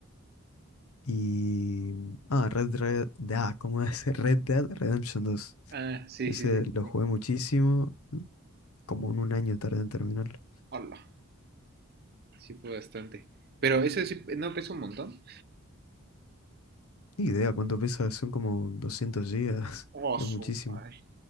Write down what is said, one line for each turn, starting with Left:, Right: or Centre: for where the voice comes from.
Left: Y... Ah, Red Red... Ah, ¿cómo es? <laughs> Red Dead Redemption dos
Right: Ah, sí,
Left: Ese
Right: sí, sí, sí.
Left: lo jugué
Right: sí.
Left: muchísimo, como en un año tardé en terminarlo.
Right: Hola. Sí fue bastante. Pero eso sí, ¿no pesa un montón?
Left: Ni idea cuánto pesa, son como 200 gigas,
Right: Oh,
Left: <laughs> es
Right: su
Left: muchísimo.
Right: madre.